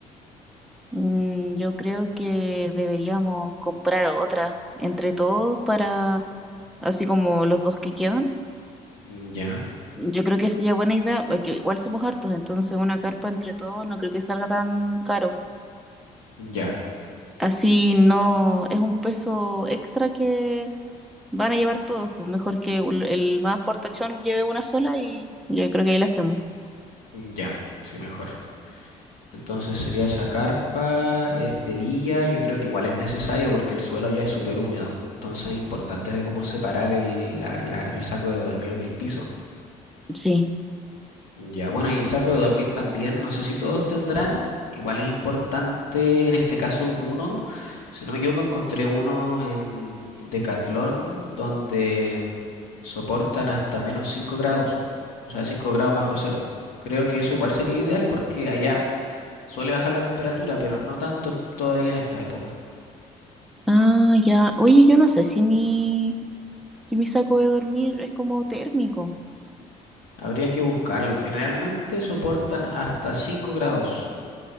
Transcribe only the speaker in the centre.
Mm, yo creo que deberíamos comprar otra entre todos para, así como los dos que quedan.
Yo creo que sería buena idea, porque igual somos hartos, entonces una carpa entre todos no creo que salga tan caro.
Así no es un peso extra que Van a llevar todos, pues mejor que ul- el más fortachón lleve una sola y yo creo que ahí la hacemos.
Sí.
Ah, ya. Oye, yo no sé si mi, si mi saco de dormir es como térmico.